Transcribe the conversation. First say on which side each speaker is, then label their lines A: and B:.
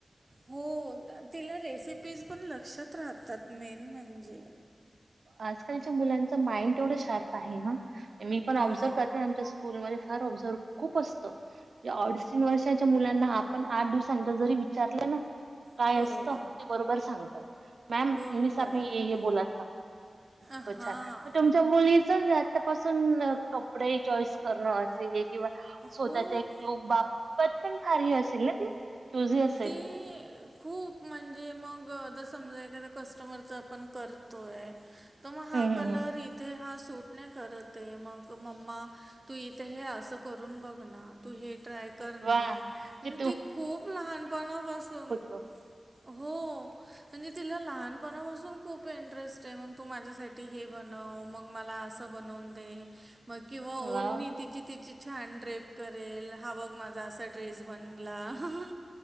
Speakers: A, on the right; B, on the right.
A: हो, तिला रेसिपीज पण लक्षात राहतात मेन म्हणजे.
B: आजकालच्या मुलांच माइंड तेवढं शार्प आहे ना, मी पण ऑब्झर्व्ह
A: हो
B: करते आमच्या स्कू स्कूलमध्ये फार ऑबझर्व्ह खूप असतं म्हणजे अडीच तीन वर्षाच्या मुलांना आपण आठ दिवसानंतर जरी विचारलं ना काय
A: बरोबर
B: असत ते बरोबर सांगतात, मॅम
A: बरोबर
B: मिस आप ने
A: आहे
B: ये ये बोला था. इतक
A: हां
B: छान, मग तुमच्या मुलीच म आतापासून कपडे चॉईस करणं असेल किंवा, स्वतःच्या
A: हो
B: एक लूक बापत पण भारी असेल ना ती? चुझी असेल
A: ती खूप म्हणजे मग जर समजा एखाद्या कस्टमरच आपण करतोय तर म हा
B: हम्म
A: कलर
B: हम्म
A: इथे हा सूट नाही करत ये, मग मम्मा तू इथे हे असं करून बघ ना तू हे ट्राय कर
B: हम्म
A: ना
B: वा
A: म्हणजे
B: जे
A: ती खूप लहानपणापासून
B: हो
A: हो म्हणजे तिला लहानपणापासून खूप इंटरेस्ट आहे, मंग तू माझ्यासाठी हे बनव मग मला अस बनवून दे, मग किंवा ओढणी
B: वाव
A: तिची तिची छान ड्रेप करेल हा बघ माझा असा ड्रेस बनला, हा हा